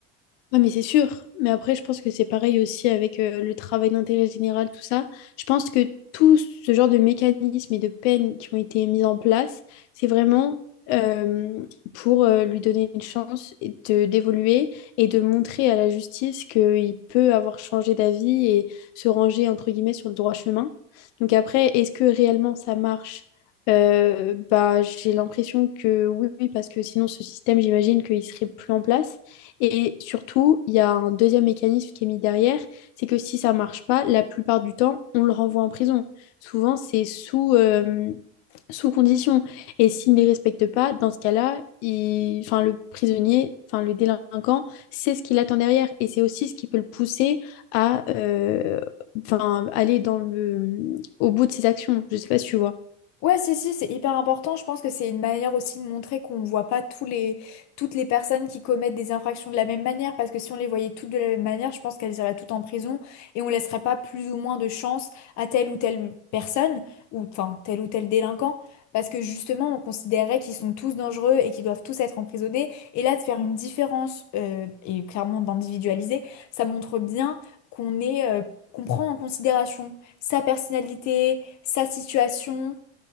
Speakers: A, on the left (about 70°); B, on the left (about 55°).
A: Ah, mais c'est sûr. Mais après, je pense que c'est pareil aussi avec euh, le travail d'intérêt général, tout ça. Je pense que tout ce genre de mécanismes et de peines qui ont été mis en place, c'est vraiment euh, pour euh, lui donner une chance et de- d'évoluer et de montrer à la justice qu'il peut avoir changé d'avis et se ranger, entre guillemets, sur le droit chemin. Donc après, est-ce que réellement ça marche? Euh, bah, j'ai l'impression que oui, oui, parce que sinon ce système, j'imagine qu'il serait plus en place. Et surtout, il y a un deuxième mécanisme qui est mis derrière, c'est que si ça marche pas, la plupart du temps, on le renvoie en prison. Souvent, c'est sous, euh, sous condition. Et s'il ne les respecte pas, dans ce cas-là, il... enfin, le prisonnier, enfin, le délinquant, c'est ce qu'il attend derrière. Et c'est aussi ce qui peut le pousser à euh, enfin, aller dans le... au bout de ses actions. Je ne sais pas si tu vois.
B: Ouais, si, si, c'est hyper important. Je pense que c'est une manière aussi de montrer qu'on ne voit pas tous les, toutes les personnes qui commettent des infractions de la même manière. Parce que si on les voyait toutes de la même manière, je pense qu'elles iraient toutes en prison et on laisserait pas plus ou moins de chance à telle ou telle personne, ou enfin tel ou tel délinquant. Parce que justement, on considérait qu'ils sont tous dangereux et qu'ils doivent tous être emprisonnés. Et là, de faire une différence euh, et clairement d'individualiser, ça montre bien qu'on est, euh, qu'on prend en considération sa personnalité, sa situation